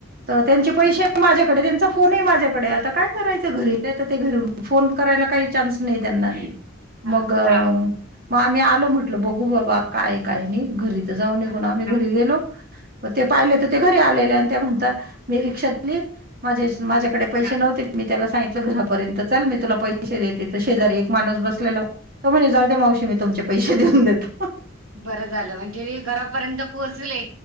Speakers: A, on the right (about 45°); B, on the right (about 85°).
A: तर त्यांचे पैसे
B: हां,
A: माझ्याकडे त्यांचा फोनही माझ्या कडे आता काय करायचं घरी ते घरी फोन करायला काही चान्स नाही त्यांना,
B: हां,
A: मग आम्ही आलो म्हटलं बघू बाबा काय काय नाही घरी‍ जाऊ निघून
B: हां,
A: आम्ही घरी गेलो प ते पाहिले तर ते घरी आलेले आणि त्या म्हणतात मी रिक्षा माझी माझ्याकडे
B: हां.
A: पैसे नव्हते मी त्याला सांगितलं घरापर्यंत चल मी तुला पैसे देते तर शेजारी एक माणूस बसलेला तो म्हणे जाऊद्या मावशी मी तुमचे पैसे देऊन देतो.
B: बरं झालं, म्हणजे हे घरापर्यंत पोहोचले.